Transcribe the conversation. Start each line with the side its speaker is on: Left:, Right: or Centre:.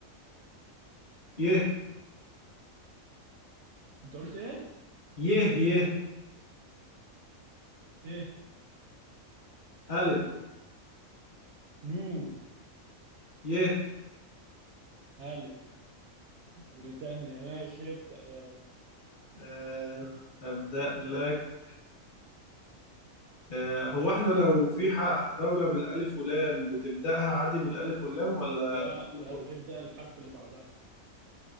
Left: يه
Right: انت قلت ايه؟
Left: يه يه
Right: ت
Left: ألف
Right: نون
Left: يه
Right: الف موريتانيا ماشي ابدأ يلا
Left: أه هبدأ لك آه، هو احنا لو في ح- دولة بالألف واللام بتبدأها عادي بالألف واللام ولا
Right: لا
Left: بتجيبهم
Right: لا ابدأ الحرف اللي بعدها